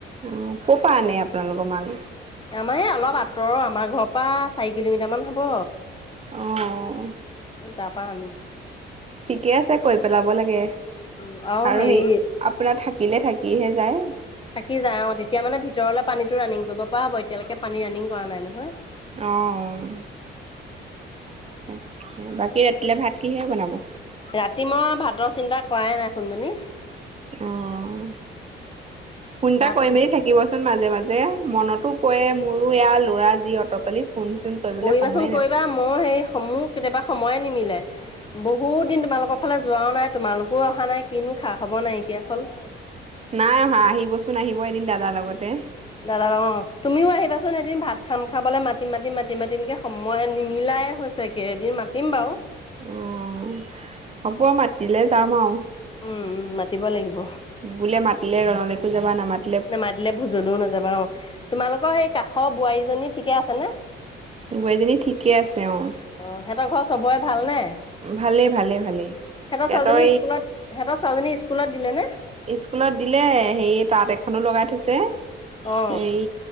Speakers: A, on the right (about 30°); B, on the left (about 25°).
A: অহ কৰ পৰা আনে আপোনালোকৰ মাল
B: আমাৰ এই অলপ আঁতৰৰ আমাৰ ঘৰৰ পৰা চাৰি কিলোমিটাৰ মান হব।
A: অহ।
B: তাৰপৰা আনো।
A: ঠিকে আছে কৈ পেলাব লাগে
B: উম
A: আৰু
B: হেৰি
A: সেই আপোনাৰ থা কিলে থাকিহে যায়।
B: থাকি যায় অ' তেতিয়া মানে ভিতৰলে পানীতটো ৰানিং কৰিব পাৰা হ'ব এতিয়ালৈকে পানী ৰানিং কৰা নাই নহয়।
A: অ'। তাকে, বাকী ৰাতিলে ভাত কিহে বনাব?
B: ৰাতি মই ভাতৰ চিন্তা কৰাই নাই সোণজনী।
A: অ' ফোন এটা
B: ভাতটো
A: কৰি মেলি থাকিবচোন মাজে মাজে। মনতো পৰে মোৰো এয়া ল'ৰাৰ যি অতপালি। ফোন চোন কৰিবলৈ
B: কৰিবাচোন
A: সময়ে
B: কৰিবা
A: নাপায়
B: মই সেই স‌ মোৰ কেতিয়াবা সময়ে নিমিলে বহুত দিন তোমালোকৰ ফালে যোৱাও নাই তোমালোকো অহা নাই কিনো খা খবৰ নাই। এতিয়া হ'ল।
A: নাই অহা আহিবচোন আহিব এদিন দাদাৰ লগতে।
B: দাদা লগত অ, তুমিও আহিবাচোন এদিন ভাত খাম খাবলৈ মাতিম-মাতিম-মাতিম, মাতিম'কে সময় নিমিলা তাই হৈছেকে, এদিন মাতিম বাৰু।
A: অ' হ'ব আৰু মাতিলে যাম আৰু।
B: উম উম মাতিব লাগিব।
A: বোলে মাতিলে ৰণ লৈকো যাবা নামাত
B: নামাতিলে ভোজলও নাযাবা অ তোমালোকৰ সেই কাষৰ বোৱাৰীজনী ঠিকে আছেনে?
A: বোৱায়ীজনী ঠিকে আছে অ'।
B: অ' সেহঁতৰ ঘৰৰ চবৰে ভালনে?
A: ভালেই
B: সিহঁতৰ
A: ভালেই ভালেই সিহঁতৰ
B: ছোৱলীজনী স্কুলত, সিহঁতৰ ছোৱলীজনী স্কুলত দিলে নে?
A: ইস্কুলত দিলে। হেৰি তাঁত এখনো লগাই থৈছে,
B: অ
A: এই